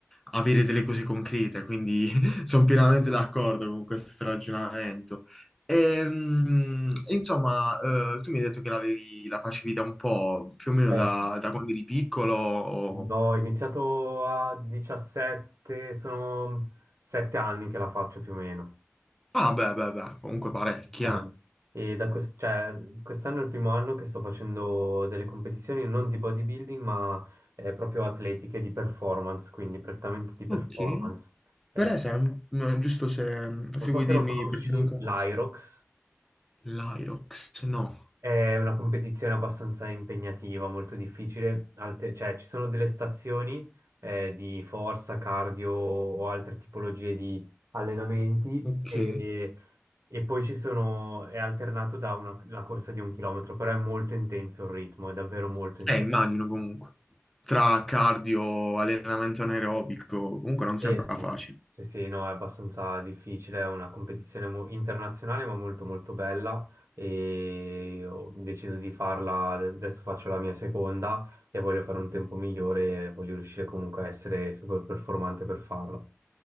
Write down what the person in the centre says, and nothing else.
avere delle cose concrete, quindi <laughs> sono pienamente d'accordo con questo ragionamento. Ehm, insomma, eh, tu mi hai detto che l'avevi, la facevi da un po', più o meno
da,
da quando eri piccolo, o...
Ah, beh, beh, beh, comunque parecchia.
Ok.
Per esempio, no, giusto se,
se
vuoi
dirmi
perché non conosco.
L'Irox, no.
Ok.
Eh, immagino comunque. Tra cardio, allenamento anaerobico, comunque non
sembra
facile.